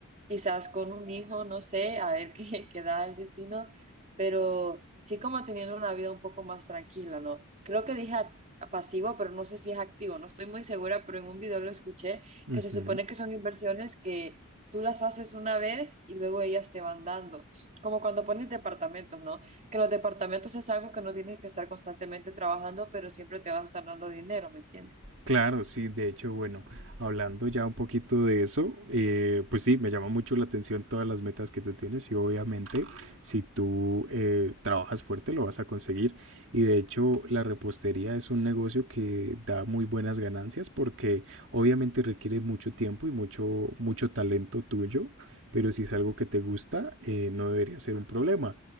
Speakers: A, on the right; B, on the right.
A: quizás con un hijo, no sé, a ver <laughs> qué, qué da el destino, pero sí como teniendo una vida un poco más tranquila, ¿no? Creo que dije act- pasivo, pero no sé si es activo, no estoy muy segura, pero en un video lo escuché,
B: Ujú.
A: que se supone que son inversiones que tú las haces una vez y luego ellas te van dando, como cuando pones departamentos, ¿no? que los departamentos es algo que no tienes que estar constantemente trabajando, pero siempre te vas a estar dando dinero, ¿me entiendes?
B: Claro, sí, de hecho, bueno, hablando ya un poquito de eso, eh, pues sí, me llama mucho la atención todas las metas que tú tienes y obviamente si tú eh, trabajas fuerte lo vas a conseguir. Y de hecho, la repostería es un negocio que da muy buenas ganancias porque obviamente requiere mucho tiempo y mucho, mucho talento tuyo, pero si es algo que te gusta, eh, no debería ser un problema.